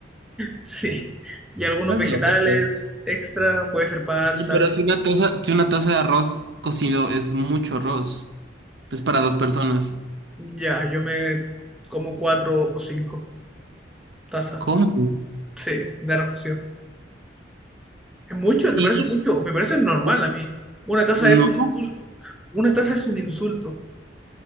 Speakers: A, in the centre; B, on the right.
A: Sí, y algunos
B: Estás
A: vegetales
B: loco.
A: extra, puede ser palta,
B: Y Pero
A: tal-
B: si una taza, si una taza de arroz cocido es mucho arroz, es para dos personas.
A: ya, yo me como cuatro o cinco tazas,
B: ¿Cómo? Y,
A: sí, de arroz cocido. ¿Es mucho? ¿Te
B: y-
A: parece mucho? Me parece normal
B: oh,
A: a mí. Una taza
B: no.
A: es un insulto. Una taza es un insulto,